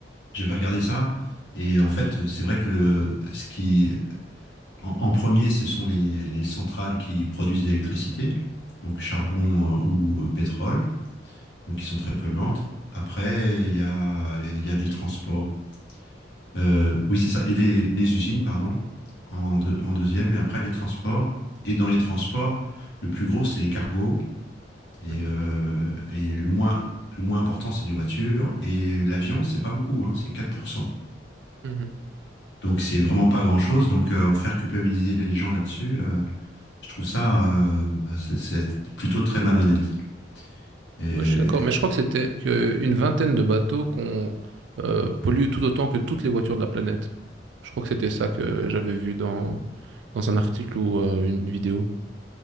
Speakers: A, on the left; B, on the right.
A: j'avais regardé ça. Et en fait, c'est vrai que le, ce qui, en, en premier, ce sont les, les centrales qui produisent de l'électricité, donc charbon euh, ou euh, pétrole. donc qui sont très polluantes. Après, il y a, il y a des transports. Euh, oui, c'est ça. Et les, les usines, pardon, en, deux- en deuxième. Et après, les transports. Et dans les transports, le plus gros, c'est les cargos. Et,
B: Mhm.
A: euh, et le moins, le moins important, c'est les voitures. Et l'avion, c'est pas beaucoup, hein, c'est 4%.
B: Mhm.
A: Donc, c'est vraiment pas grand-chose. Donc, euh, faire culpabiliser les gens là-dessus, euh, je trouve ça euh, c'est c'est plutôt très malhonnête. Et,
B: Ouais, je suis d'accord, mais je crois que c'était que une vingtaine de bateaux qu'on euh, pollue tout autant que toutes les voitures de la planète. Je crois que c'était ça que j'avais vu dans, dans un article ou euh, une vidéo.